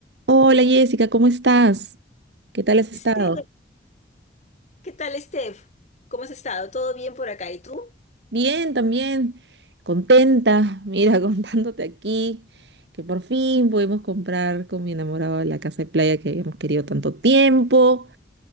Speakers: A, on the right; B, on the left.
A: Hola Jessica, ¿cómo estás? ¿Qué tal has estado?
B: Steph, ¿qué tal, Steph? ¿Cómo has estado? ¿Todo bien por acá? ¿Y tú?
A: Bien, también. Contenta, mira, <laughs> contándote aquí que por fin pudimos comprar con mi enamorado la casa de playa que habíamos querido tanto tiempo.